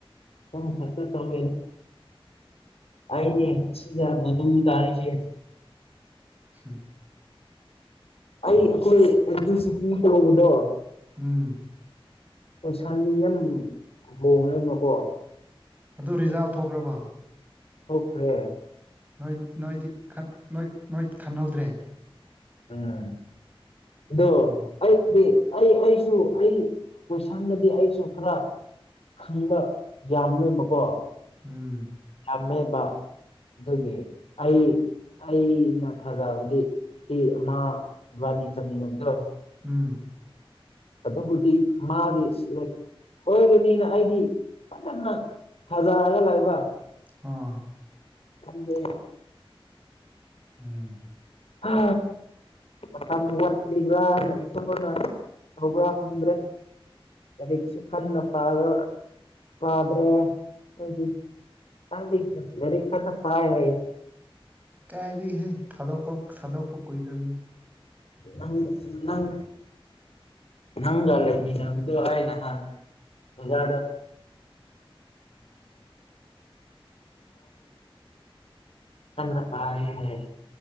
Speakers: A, on the left; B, on the right.
A: ꯀꯝ ꯊꯒ ꯇꯧ ꯑꯦꯅꯦ ꯑꯁꯤ ꯇꯔꯁ
B: ꯎꯝ
A: ꯑꯩ ꯑꯩ ꯑꯈ‌ꯣꯏ <unintelligible>
B: ꯎꯝ
A: ꯄꯩꯁꯥꯅꯤ ꯌꯥꯝ ꯍꯣꯡꯉꯦꯃꯀꯣ
B: ꯑꯗꯨ ꯔꯤꯖꯥꯚ ꯊꯣꯛꯈ꯭ꯔꯕ
A: ꯑꯣꯈ꯭ꯔꯦ
B: ꯅꯣꯏ ꯅꯣꯏꯗꯤ ꯅꯣꯏ ꯈꯟꯍꯧꯗ꯭ꯔꯦ
A: ꯎꯝ ꯑꯗꯣ
B: ꯎꯝ
A: ꯑꯩꯗꯤ ꯑꯩ ꯑꯩꯁꯨ ꯑꯩ ꯀꯣꯏꯁꯟꯗꯗꯤ ꯑꯩꯁꯨ ꯈꯔ ꯈꯪꯕ ꯌꯥꯝꯃꯦꯕꯀꯣ
B: ꯎꯝ
A: ꯃꯃꯦꯕ ꯑꯗꯨꯒꯤ ꯑꯩ ꯑꯩꯅ ꯊꯥꯖꯕꯗꯤ ꯁꯤ ꯃꯥꯥ ꯏꯕꯥꯅꯤ ꯆꯠꯃꯤꯉꯝꯗꯣ
B: ꯎꯝ
A: ꯑꯗꯣ ꯍꯧꯇꯤ ꯃꯥꯗꯁ ꯑꯣꯏꯒꯅꯤꯅ ꯑꯩꯗꯤ ꯐꯖꯅ ꯊꯖꯔꯒ ꯂꯥꯛꯕ
B: ꯑꯣ
A: ꯊꯗꯦ
B: ꯎꯝ
A: ꯍ ꯃꯇꯝ ꯋꯥꯠꯂꯤꯕ꯭ꯔꯥꯅ ꯏꯁꯣꯔꯅ ꯇꯧꯕ꯭ꯔꯥ ꯈꯪꯗ꯭ꯔꯦ ꯂꯥꯏꯔꯤꯛꯁꯨ ꯀꯟꯅ ꯄꯥꯕ ꯄꯥꯗ꯭ꯔꯦ ꯑꯩꯈꯣꯏꯗꯤ ꯇꯗꯤ ꯂꯩꯔ ꯀꯅ ꯄꯔꯦ
B: ꯀꯥꯏꯔꯤ ꯍꯦ ꯊꯗꯣ ꯊꯗꯣꯛꯣꯏ ꯀꯅꯤ
A: ꯅꯪ ꯅꯪ ꯅꯪꯒꯥꯂꯦ ꯃꯤ ꯅꯪꯗ ꯍꯥꯏꯅ ꯍꯪ ꯃꯖ ꯀꯥꯟ ꯀ ꯄꯥꯦ ꯍꯥꯏ